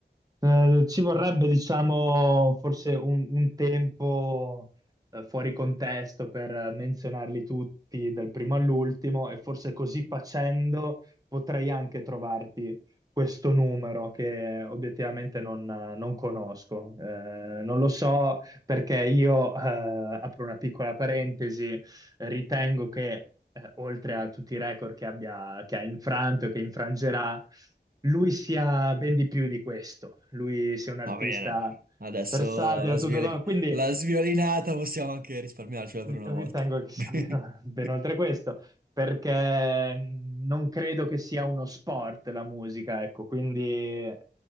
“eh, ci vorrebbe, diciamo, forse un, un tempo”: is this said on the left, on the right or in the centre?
Right